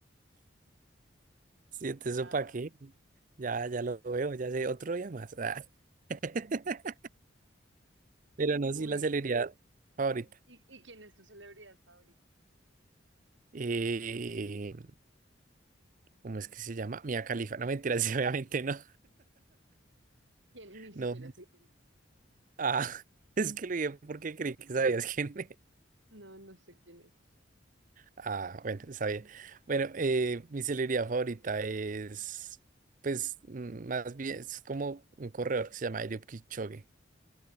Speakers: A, on the right; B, on the right.
A: Sí, entonces,
B: Ah.
A: ¿eso para qué? Ya, ya lo veo, ya sé, otro día más. Ah. <laughs> Pero no,
B: Uy,
A: sí, la celebridad favorita.
B: ¿y, y quién es tu celebridad favorita?
A: Eh, ¿cómo es que se llama? Mia Khalifa. No, mentiras, <laughs> obviamente no.
B: ¿Quién? Ni siquiera
A: No, me-
B: sé quién es.
A: ah, <laughs> es que lo dije porque creí que sabías quién
B: No, no sé quién es.
A: Ah, bueno, está bien. Bueno, eh, mi celebridad favorita es, pues, mm, más bien, es como un corredor que se llama Eliud Kipchoge.